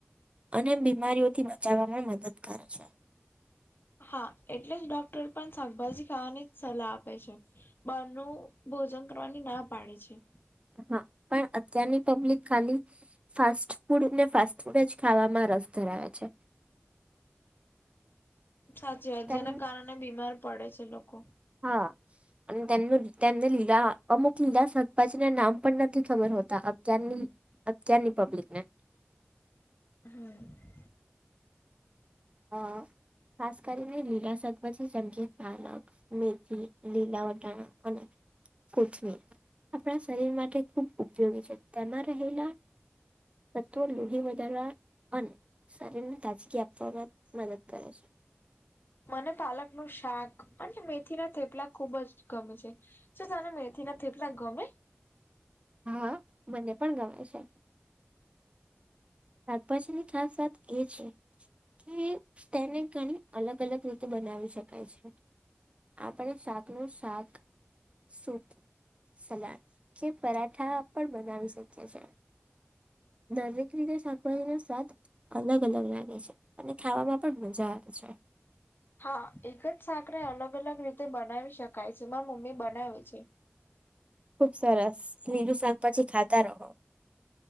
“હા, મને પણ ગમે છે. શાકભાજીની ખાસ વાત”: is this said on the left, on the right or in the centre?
Right